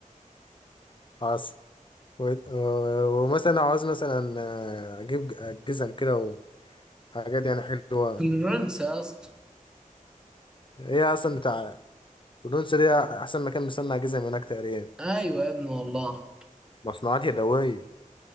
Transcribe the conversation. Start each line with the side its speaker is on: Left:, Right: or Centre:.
Left: حصل وإيه- و- ومثلا عاوز مثلا آه، اجيب ج- جزم كده وحاجات يعني حلوة
Centre: في فرنسا يا اسطى
Left: هي اصلا بتاع تونس دي احسن مكان بيصنع جزم هناك تقريبا
Centre: ايوه يا ابني والله
Left: مصنوعات يدوية